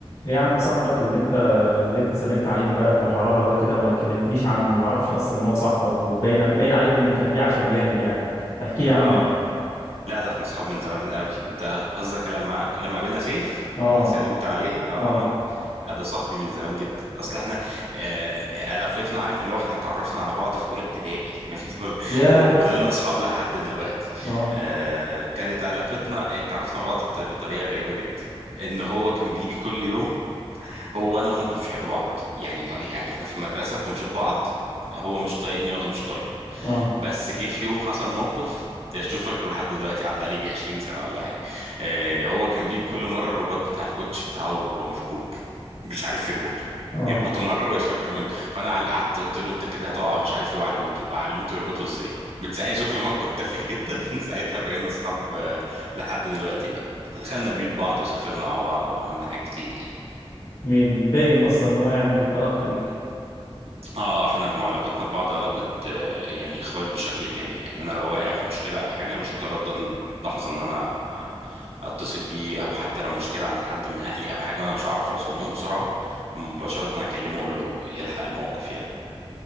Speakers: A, on the left; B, on the right.
A: ايه يا عم صاحبك اللي انت اللي انت سلمت عليه امبارح بحرارة ده كده ما كلمتنيش عنه ما اعرفش اصلا ان هو صاحبك وباين باين عليكم ان كان فيه عشم جامد يعني احكي لي عنه
B: اه لا ده احنا اصحاب من زمان قوي انت قصدك لما لما قابلنا سيف
A: اه
B: اللي سلمت عليه اه
A: اه
B: لا ده صاحبي من زمان جدا اصل احنا آه علاقتنا عارف اللي هو احنا اتعرفنا على بعض في اولى ابتدائي <laughs>
A: ياه
B: وفضلنا اصحاب لحد دلوقتي
A: اه
B: آه كانت علاقتنا اتعرفنا على بعض بط- بطريقة غريبة جدا ان هو كان بيجي كل يوم هو وانا وهو ما كناش بنحب بعض يعني ما يعني احنا في المدرسة كنا نشوف بعض هو مش طايقني وانا مش طايقه
A: اه
B: بس جه في يوم حصل موقف يعني شوف فاكره لحد دلوقتي عدى عليه يجي 20 سنة ولا حاجة آه هو كان بيجي كل مرة الرباط بتاع الكوتش بتاعه مفكوك مش عارف يربطه
A: اه
B: يربطه مرة ويتفك منه فأنا على- قعدت قلت له أنت كده هتقع مش عارف إيه وعلمته علمته يربطه إزاي من ساعتها شوف موقف تافه جدا <laughs> من ساعتها بقينا أصحاب آه، لحد دلوقتي بقى دخلنا بيوت بعض وسافرنا مع بعض وعملنا حاجات كتير يعني
A: مين باين اصلا ان هو يعني كأخ ليك
B: اه آه، احنا علاقتنا ببعض علاقة آه، يعني اخوات بشكل كامل يعني انا لو واقع في مشكلة او حاجة مش هتردد لحظة ان انا اتصل بيه او حتى لو مشكلة عند حد من اهلي او حاجة وانا مش هعرف اوصل لهم بسرعة مباشرة هكلمه اقول له يلحق الموقف يعني